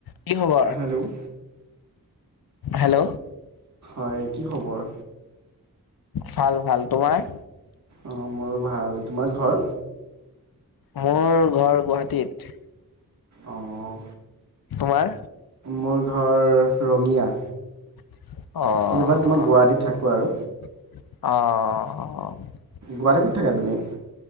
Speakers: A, on the left; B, on the right.
A: কি খবৰ?
B: Hello
A: hello.
B: হয় কি খবৰ?
A: ভাল, ভাল তোমাৰ?
B: অঁ মোৰো ভাল তোমাৰ ঘৰ
A: মোৰ ঘৰ গুৱাহাটীত।
B: অ'
A: তোমাৰ?
B: মোৰ ঘৰ। ৰঙিয়া।
A: অ'-
B: কিন্তু বাট
A: অ'।
B: মই গুৱাহাটীত থাকোঁ আৰু
A: অ'-অ'। অ।
B: গুৱাহাটীৰ ক'ত থাকা তুমি?